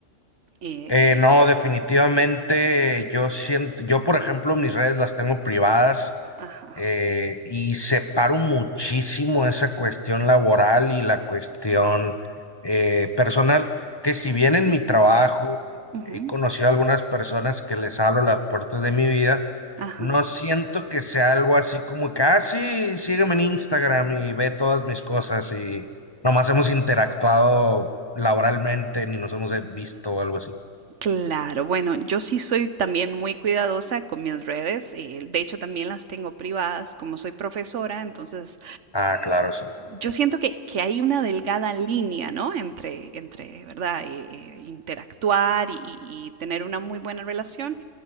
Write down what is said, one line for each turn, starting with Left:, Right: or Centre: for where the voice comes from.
Right: Eh,
Left: Eh, no, definitivamente yo siento, yo por ejemplo mis redes las tengo privadas
Right: ajá,
Left: eh, y separo muchísimo esa cuestión laboral y la cuestión eh, personal, que si bien en mi trabajo
Right: ujú,
Left: he conocido a algunas personas que les abro las puertas de mi vida,
Right: ajá.
Left: no siento que sea algo así como que, ah, sí, sígueme en Instagram y ve todas mis cosas y nomás hemos interactuado laboralmente ni nos hemos visto o algo así.
Right: Claro, bueno, yo sí soy también muy cuidadosa con mis redes, eh, de hecho también las tengo privadas, como soy profesora, entonces
Left: Ah, claro, sí.
Right: yo siento que, que hay una delgada línea, ¿no? Entre, entre, ¿verdad? Eh, eh, interactuar y, y- y tener una muy buena relación